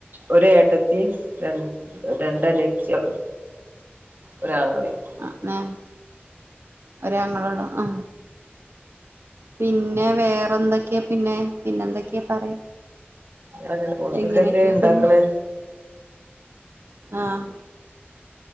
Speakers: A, on the right (about 50°); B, on the right (about 70°).
A: ഒരേട്ടത്തിം രൺ രണ്ടനിയത്ത്യാളും. ഒരാങ്ങളീം.
B: അ മേം ഒരാങ്ങളോള്ളോ ആ? പിന്നെ വേറൊന്തക്കെ പിന്നെ? പിന്നെന്തൊക്കെ പറെ.
A: അങ്ങനെ ഓൽക്കൊക്കെ
B: എങ്ങനെക്കെ
A: ഇണ്ടാക്കണ
B: പിന്നെ? ആഹ്.